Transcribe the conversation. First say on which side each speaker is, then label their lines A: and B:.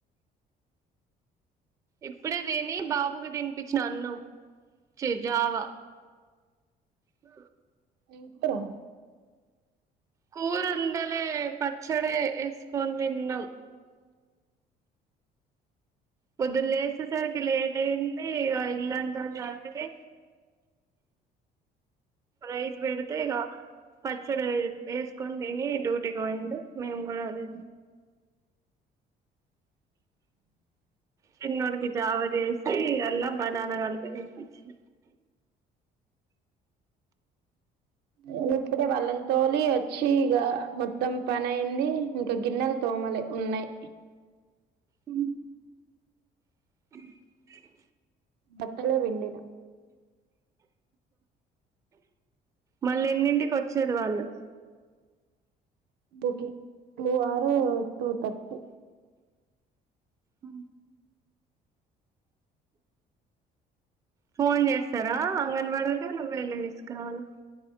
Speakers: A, on the right; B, on the right.
A: ఇప్పుడే తిని బాబుకి తిని పిచ్చిన అన్నం జావ ఆ
B: ఎప్పుడు
A: కూర వండలె పచ్చడి వేసుకోని తిన్నాం పొద్దున లేచి సరికి లేట్ అయింది ఆ ఇల్లంతా జాకెట్టు రైస్ పెడితే ఇగ పచ్చడి వేసుకొని తిని డ్యూటీకి పోయిండు మేము కూడా అది
B: ఆ
A: చిన్నోడికి జావ చేసి అలా బనానాకలపి తినిపించిన
B: నేను ఇప్పుడే వాళ్లను తోలి వచ్చి ఇక మొత్తం పని అయింది ఇంకా గిన్నెల తోమలే ఉన్నాయి
A: ఉ ఆ హా
B: బట్టలు పిండిన
A: మళ్ళీ ఎన్నింటికి వచ్చిల్లు వాళ్ళు
B: ఓక టూ ఆరు టూ తర్టీ
A: ఆ హా ఫోన్ చేస్తారా అంగని వడోల్లు నువ్వే వెళ్లి తీసుకురావాల